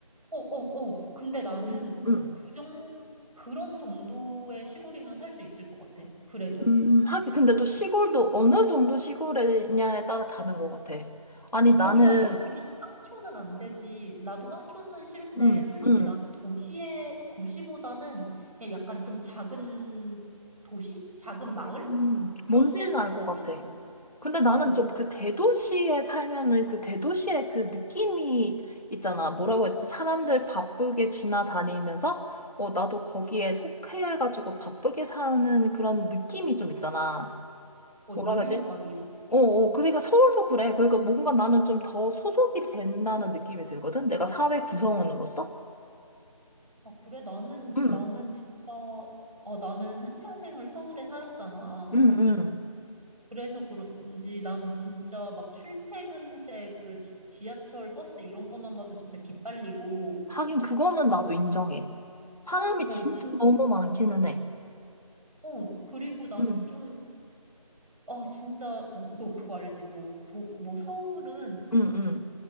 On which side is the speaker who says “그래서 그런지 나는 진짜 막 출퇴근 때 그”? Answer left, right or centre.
Right